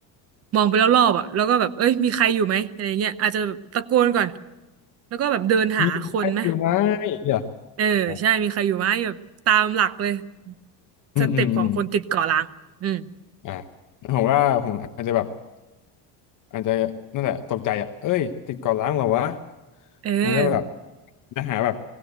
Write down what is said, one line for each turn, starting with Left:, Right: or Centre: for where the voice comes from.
Right: มองไปรอบๆอ่ะแล้วก็แบบเอ้ยมีใครอยู่ไหมอะไรเงี้ยอาจจะแบบตะโกนก่อนแล้วก็แบบเดินหาคนไหม
Left: มีใครอยู่ไหมอย่างเงี้ย
Right: เออใช่มีใครอยู่ไหมแบบตามหลักเลย
Left: เหรออ่ะอืมอืมอืม
Right: สเต็ปของคนติดเกาะล้างอืม
Left: อ่ะผมว่าผมอาจจะแบบ อาจจะนั่นแหละตกใจอ่ะเอ้ยติดเกาะล้างเหรอวะ
Right: เออ
Left: แล้วก็แบบจะหาแบบ